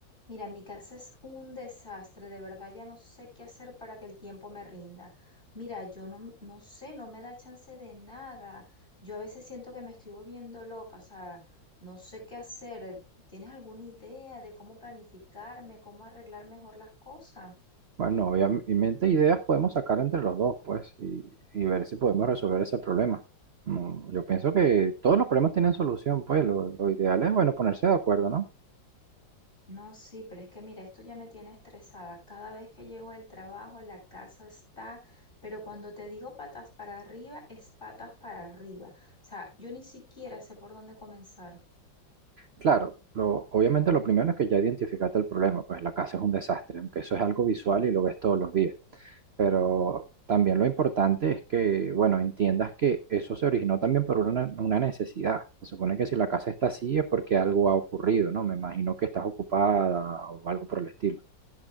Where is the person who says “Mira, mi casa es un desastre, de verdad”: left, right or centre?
Left